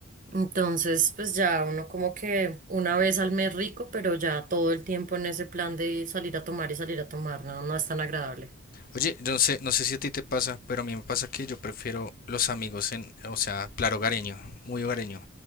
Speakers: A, on the right; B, on the left.
A: Entonces, pues ya uno como que una vez al mes rico, pero ya todo el tiempo en ese plan de salir a tomar y salir a tomar, no, no es tan agradable.
B: Oye, yo no sé, no sé si a ti te pasa, pero a mí me pasa que yo prefiero los amigos en, o sea, plan hogareño, muy hogareño.